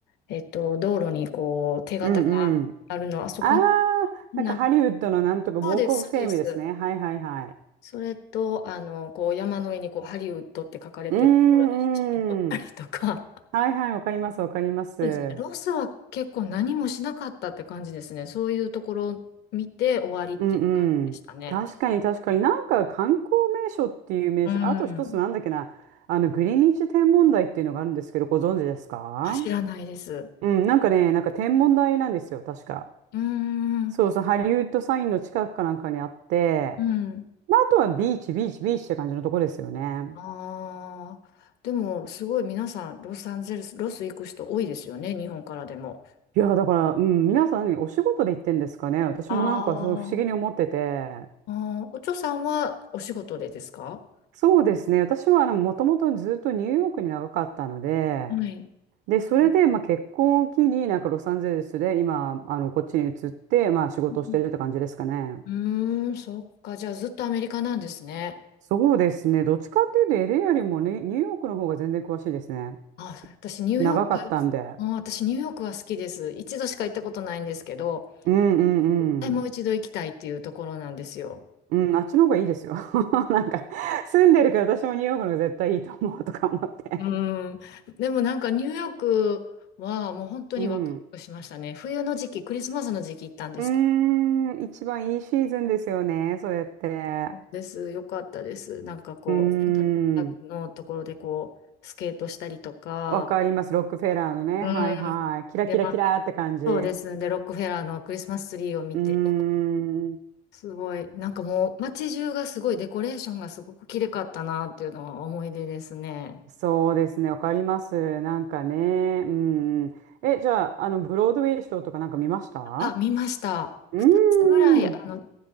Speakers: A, on the left; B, on the right.
A: えっと、道路にこう手形があるの、
B: うんうん。
A: あそこ
B: ああ、
A: な、
B: なんかハリウッドのなんとかウォークオブフェイムですね。
A: そうです、そうです。
B: はいはいはい。
A: それと、あの、こう山の上にこうハリウッドって書かれてるところで写真撮ったりとか。
B: うんうん。はいはい、わかりますわかります。
A: そうですね。ロスは結構何もしなかったって感じですね。そういうところを見て終わりっていう感じでしたね。
B: うんうん。確かに確かになんか観光名所っていう名所、
A: うん。
B: あと一つなんだっけな、あのグリニッジ天文台っていうのがあるんですけど、ご存知ですか
A: あ知らないです。う
B: うん、なんかね、なんか天文台なんですよ、確か。
A: ーん。
B: そうそう、ハリウッドサインの近くかなんかにあって、
A: うん。
B: まあ、あとはビーチ、ビーチ、ビーチって感じのとこですよね。
A: ああ。でも、すごい皆さん、ロサンゼルス、ロス行く人多いですよね。日本からでも。
B: いや、だから、うん、皆さん何お仕事で行ってんですかね。私もなんかそう不思議に思ってて。
A: あーあー。お嬢さんはお仕事でですか
B: そうですね。私はあの、もともとずっとニューヨークに長かったので、
A: はい。
B: で、それで、
A: う
B: まあ、結婚を機になんかロサンゼルスで今、あの、こっちに移って、まあ、仕事をしてるって感じですかね。
A: ん、うーんそっか。じゃあ、ずっとアメリカなんですね。
B: そうですね。どっちかっていうとエ a よりもね、ニューヨークの方が全然詳しいですね。
A: あ、私ニューヨーク、
B: 長かったんで。
A: あ、私ニューヨークは好きです。一度しか行ったことないんですけど、
B: うんうんうん。
A: はいもう一度行きたいっていうところなんですよ。
B: うん、あっちの方がいいですよ。<laughs> なんか、住んでるから私もニューヨークの方が絶対いいと思うとか思って。
A: うん。でもなんかニューヨークはもう本当にワクワクしましたね。
B: うん
A: 冬の時期、クリスマスの時期行ったんですけど。
B: うーん、一番いいシーズンですよね、それって。
A: そうです。よかったです。なんかこう、
B: うー
A: セントラルパークのところでこう、
B: ん、
A: スケートしたりとか、
B: わかります、ロックフェラーのね。
A: うん。
B: はいはい。キラキラキラーって感じ。
A: で、まあ、そうです。
B: う
A: で、ロックフェラーのクリスマスツリーを見て、
B: ーん、
A: すごい。なんかもう街中がすごいデコレーションがすごく綺麗かったなっていうのは思い出ですね。
B: そうですね、わかります。なんかね、うん。え、じゃあ、あの、ブロードウェイショーとかなんか見ました
A: あ、見ました。
B: うーん、
A: 2つぐらいあの、
B: うん